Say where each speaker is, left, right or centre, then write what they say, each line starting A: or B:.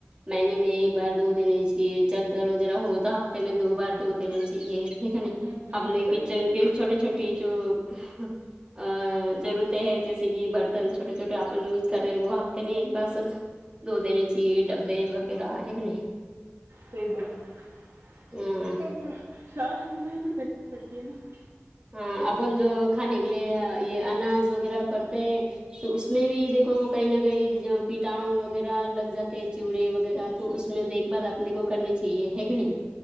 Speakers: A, on the right (about 20°); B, on the right (about 75°).
A: مہینے میں ایک باردھودینے چاہیے چدر وغیرہ ہو تو ہفتے میں دو بار دھو دینا چاہیے دیکھنے
B: ہوں
A: اپنے
B: ہوں صحیح
A: کچن
B: ہے
A: کے چھوٹی چھوٹی جو ہو آں ضرورتیں ہے جیسے کہ برتن چھوٹے چھوٹے اپن یوز کر رہے وہ ہفتے میں ایک بار سب دھو دینے چائیے ڈبے وغیرہ ہے کہ نہیں
B: فباایک
A: نہیں
B: منٹ سانس بھول رہی ہو تو <unintelligible>
A: ہاں اپن جو کھانے کے لیے یہ اناج وغیرہ پڑتے ہے تو اس میں بھی دیکھو کہیں نہ کہیں جو کیٹا نو وغیرہ لگ جاتے ہیں چڑے وغیرہ تو اس میں دیکھ بھال اپنے کو کرنی چاہیے ہے کہ نہیں